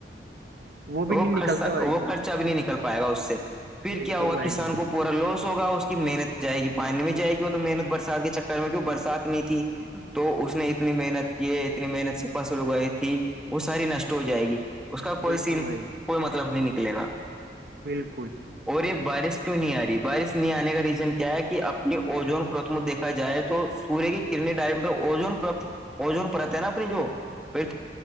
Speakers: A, on the right; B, in the centre.
A: بھی
B: وہ
A: نہیں
B: خرچا
A: نکلتا بھائی
B: وہ
A: جان
B: خرچ بھی نہیں نکل پائے گا اس سے پھر
A: بالکل
B: کیا ہوگا
A: بھائی
B: کسان
A: جان
B: کو پورا لوس ہوگا اس سے محنت جائے گی پانی میں جائے گی وہ تو محنت برسات کے چکر میں کی برسات نہیں تھی تو اس نے اتنی محنت کی ہے اتنی محنت سے پس لگائی تھی وہ ساری نشٹ ہو جائے گی اس کا کوئی
A: بالکل
B: سم
A: بھائی جان
B: کوئی مطلب نہیں نکلے گا
A: بالکل
B: اور یہ بارش کیوں نہیں آ رہی بارش نہیں آنے کا ریزن کیا ہے کہ اپنی اوجون پرتم دیکھا جائے تو سوریہ کی کڈنی ڈائ مطلب اون پر اجون پرت ہے نا اپنی جو پ